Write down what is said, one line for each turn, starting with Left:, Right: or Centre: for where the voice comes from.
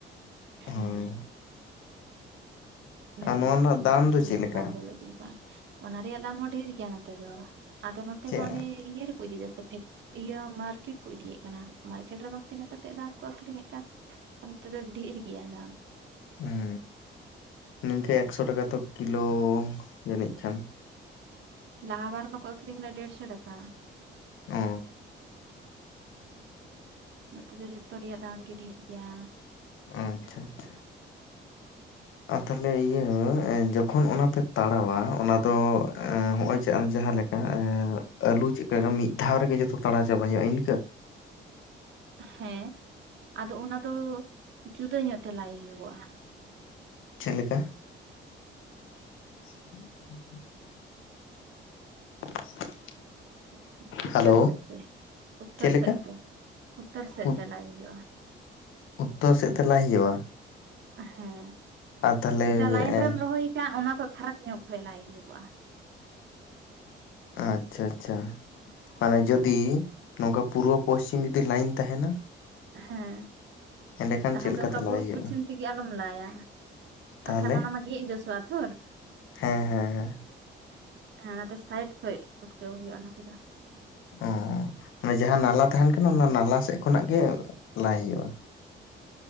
Right: ᱦᱮᱸ
Left: ᱦᱳᱭ
Right: ᱢᱮᱨᱚᱢ
Left: ᱟᱨ ᱱᱚᱣᱟ
Right: ᱠᱚ
Left: ᱨᱮᱱᱟᱜ
Right: ᱥᱤᱢᱠᱩ
Left: ᱫᱟᱢ ᱫᱚ ᱪᱮᱫ ᱞᱮᱠᱟ?
Right: ᱵᱟᱝᱢ ᱵᱚᱞᱚ ᱫᱚᱨᱠᱟᱨ ᱚᱱᱟ ᱨᱮᱭᱟᱜ ᱫᱟᱢ ᱦᱚᱸ ᱰᱷᱮᱨ ᱜᱮᱭᱟ ᱱᱚᱛᱮ ᱫᱚ ᱟᱫᱚ ᱱᱚᱛᱮ
Left: ᱪᱮᱫ
Right: ᱢᱟ ᱚᱱᱮ ᱤᱭᱟᱹ ᱨᱮ ᱤᱫᱤᱭᱮᱫᱟᱤᱭᱟᱹ ᱢᱟᱨᱠᱮᱴ ᱠᱚ ᱤᱫᱤᱭᱮᱫ ᱠᱟᱱᱟ ᱢᱟᱨᱠᱮᱴ ᱨᱮ ᱵᱟᱝ ᱛᱤᱱᱟᱹᱜ ᱠᱟᱛᱮᱮᱫ ᱫᱟᱢ ᱠᱚ ᱟᱠᱷᱨᱤᱧᱮᱫ ᱠᱟᱱ ᱱᱚᱛᱮ ᱫᱚ ᱰᱷᱮᱨ ᱜᱮᱭᱟ ᱫᱟᱢ
Left: ᱦᱮᱸ ᱱᱤᱝᱠᱟᱹ ᱮᱠᱥᱚ ᱴᱟᱠᱟ ᱛᱚ ᱠᱤᱞᱳ ᱡᱱᱤᱡ ᱠᱷᱟᱱ
Right: ᱞᱟᱦᱟ ᱵᱟᱨ ᱢᱟᱠᱚ ᱟᱹᱷᱨᱤᱧᱫᱟ ᱰᱮᱲᱥᱚ ᱴᱟᱠᱟ
Left: ᱚ
Right: ᱱᱚᱛᱮ ᱫᱚ ᱡᱚᱛᱚ ᱨᱮᱭᱟᱜ ᱫᱟᱢ ᱜᱮ ᱰᱷᱮᱨ ᱜᱮᱭᱟ
Left: ᱟᱪᱪᱷᱟ ᱟᱪᱪᱷᱟ
Right: <unintelligible>
Left: ᱛᱟᱦᱚᱞᱮ ᱤᱭᱟᱹ ᱡᱚᱠᱷᱚᱱ ᱚᱱᱟ ᱯᱮ ᱛᱟᱲᱣᱟ ᱚᱱᱟ ᱫᱚ ᱦᱚᱜ ᱚᱭ ᱡᱮ ᱡᱟᱦᱟᱸᱮᱠᱟ
Right: <inaudible>
Left: ᱟᱞᱩ ᱪᱮᱫᱞᱮ ᱢᱤᱫ ᱫᱷᱟᱣ ᱨᱮᱜᱮ ᱡᱚᱛᱚ ᱛᱟᱲᱟ ᱪᱟᱵᱟᱭ ᱦᱩᱭᱩᱜᱼᱟ ᱤᱱᱠᱟᱹ
Right: ᱦᱮᱸ ᱟᱫᱚ ᱚᱱᱟ ᱫᱚ ᱡᱩᱫᱟᱹ ᱧᱚᱜ ᱛᱮ ᱞᱟᱭ ᱦᱩᱭᱩᱜᱼᱟ
Left: ᱪᱮᱫ ᱞᱮᱠᱟ? ᱦᱸ <unintelligible> <inaudible>
Right: ᱟᱪᱪᱷᱟ ᱩᱛᱛᱚᱨ
Left: ᱦᱮᱞᱳ
Right: ᱥᱮᱫ ᱛᱮ ᱩᱛᱛᱚᱨ
Left: ᱪᱮᱫ ᱞᱮᱠᱟ
Right: ᱥᱮᱫ ᱛᱮ ᱩᱛᱟᱹᱨ ᱥᱮᱫ
Left: ᱩᱛ
Right: ᱛᱮ ᱞᱟᱭ ᱦᱩᱭᱩᱜᱼᱟ
Left: ᱩᱛᱛᱚᱨ ᱥᱮᱫ ᱛᱮᱟᱞᱟᱭ ᱦᱩᱭᱩᱜᱼᱟ
Right: ᱦᱮᱸ
Left: ᱟᱨ ᱛᱟᱦᱚᱞᱮ
Right: ᱡᱮᱴᱟ ᱞᱟᱭᱤᱱ
Left: ᱮᱸ
Right: ᱨᱮᱢ ᱨᱚᱦᱚᱭ ᱟᱠᱟᱫ ᱚᱱᱟ ᱠᱷᱚᱡ ᱯᱷᱟᱨᱟᱠ ᱧᱚᱜ ᱠᱷ ᱞᱟᱭ ᱦᱩᱭᱩᱜᱚᱜᱼᱟ
Left: ᱟᱪᱪᱷᱟ ᱟᱪᱪᱷᱟ ᱢᱟᱱᱮ ᱡᱩᱫᱤ ᱱᱚᱝᱠᱟ ᱯᱩᱨᱵᱚ ᱯᱚᱥᱪᱤᱢ ᱡᱩᱫᱤ ᱞᱟᱭᱤᱱ ᱛᱟᱦᱮᱱᱟ
Right: ᱦᱮᱸ
Left: ᱮᱸᱰᱮᱠᱷᱟᱱ
Right: ᱛᱟᱦᱚᱞ
Left: ᱪᱮᱫ ᱞᱮᱠᱟᱛᱮ
Right: ᱫᱚ ᱚᱱᱠᱟ ᱯᱩᱨᱩᱵ
Left: ᱞᱟᱭ ᱦᱩᱭᱩᱜᱼᱟ
Right: ᱯᱚᱪᱷᱤᱢ ᱛᱮᱜᱮ ᱟᱞᱚᱢ ᱞᱟᱭᱟ
Left: ᱛᱟᱦᱚᱞᱮ
Right: ᱟᱨᱠᱷᱟᱱ ᱚᱱᱟ ᱢᱟ ᱜᱮᱫ ᱡᱚᱥᱚᱜᱼᱟ ᱛᱚ <unintelligible>
Left: ᱦᱮᱸ ᱦᱮᱸ ᱦᱮᱸ
Right: ᱦᱮᱸ ᱚᱱᱟᱛᱮ ᱥᱟᱭᱤᱴ ᱠᱷᱚᱡ ᱩᱴᱠᱟᱹᱣ ᱦᱩᱭᱩᱜᱼᱟ ᱚᱱᱟ ᱠᱚᱫᱚ᱾
Left: ᱚ ᱢᱟᱱᱮ ᱡᱟᱦᱟᱸ ᱱᱟᱞᱟ ᱛᱟᱦᱮᱱ ᱠᱟᱱᱟ ᱚᱱᱟ ᱱᱟᱞᱟ ᱥᱮᱫ ᱠᱷᱚᱱᱟᱜ ᱜᱮ ᱞᱟᱭ ᱦᱩᱭᱩᱜᱼᱟ᱾